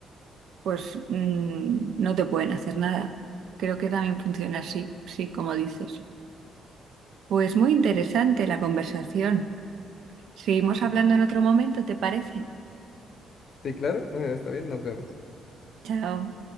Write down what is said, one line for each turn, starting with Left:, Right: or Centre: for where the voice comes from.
Right: pues mm, no te pueden hacer nada. Creo que también funciona así, sí, como dices. Pues muy interesante la conversación. Seguimos
Left: Mm.
Right: hablando en otro momento, ¿te parece?
Left: Sí, claro, eh, está bien, nos vemos.
Right: Chao.